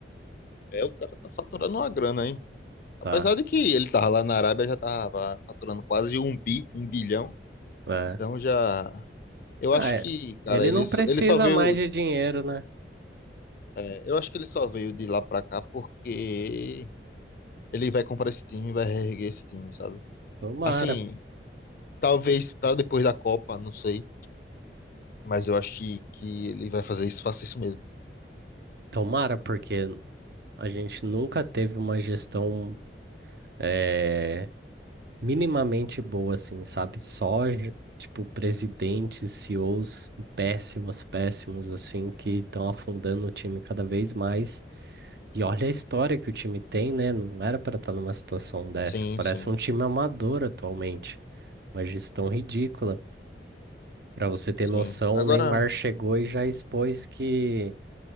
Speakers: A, on the left; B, on the right.
A: É, o cara tá faturando uma grana, hein? Apesar
B: tá?
A: de que ele tava lá na Arábia, já tava faturando quase um bi, um bilhão.
B: É.
A: Então já. Eu
B: Ah,
A: acho
B: é.
A: que, cara,
B: Ele
A: ele,
B: não precisa
A: só- ele só veio.
B: mais de dinheiro, né?
A: é, eu acho que ele só veio de lá pra cá porque ele vai comprar esse time, vai reerguer esse time, sabe?
B: Tomara,
A: Assim, Talvez para depois da Copa, não sei. Mas eu acho que, que ele vai fazer isso, faça isso mesmo.
B: tomara, porque a gente nunca teve uma gestão. eh, minimamente boa, assim, sabe? Só, ge- tipo, presidentes, CEOs péssimos, péssimos, assim, que estão afundando o time cada vez mais. E olha a história que o time tem, né? Não era para estar numa situação dessa.
A: Sim,
B: Parece
A: sim,
B: um time amador atualmente. Uma gestão ridícula. Para você ter
A: sim.
B: noção,
A: Agora,
B: o Neymar chegou e já expôs que,